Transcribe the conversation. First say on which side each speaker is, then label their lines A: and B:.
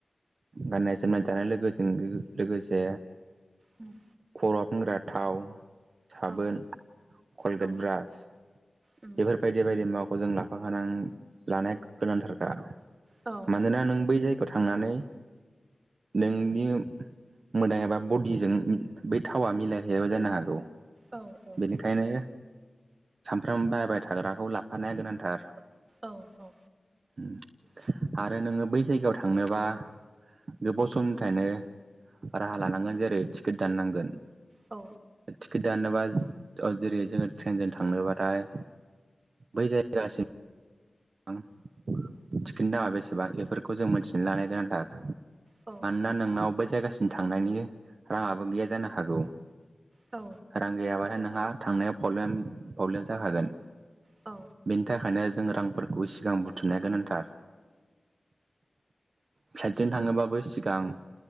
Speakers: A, on the right; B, on the right.
A: गाननाय जोमनाय जानाय लोगोजों लो लोगोसे
B: उम
A: खर' फानग्रा थाव साबोन
B: औ
A: कलगेट
B: औ
A: ब्रास
B: उम
A: बेफोरबायदि बायदि मुाखौ जों लाफाखां लानाया गोनांथारखा
B: औ
A: मानोना नों बै जायगायाव थांनानै नोंनि मोना एबा बडिजों बे थावा मिलायहैयाबा जानो हागौ।
B: औ-औ।
A: बेनिखायनो फ्रोम बायबाय थाग्राखौ लाबफानाया गोनांथार।
B: औ-औ।
A: उम आरो नोङो बै जायगायाव थांनोबा गोबाव समनिफ्रायनो राहा लानांगोन जेरै टिकेट दाननांगोन।
B: औ।
A: टिकेट दानोबा ओ जेरै जोङो ट्रेनजों थांनोबा थाय बै जायगासिम <unintelligible> टिकेटनि दामा बेसेबां बेफोरखौ जों मिथिनानै लानाय गोनांथार।
B: औ।
A: ना नोंनाव बै जायगासिम थांनायनि राङाबो गैया जानो हागौ।
B: औ।
A: रां गैयाबाथाय नोंहा थांनायाव प्रब्लेम-प्रब्लेम जाखागोन।
B: औ।
A: बेनि थाखायनो जों रांफोरखौ सिगां बुथुमनाया गोनांथार। फ्लाइडजों थाङोबाबो सिगां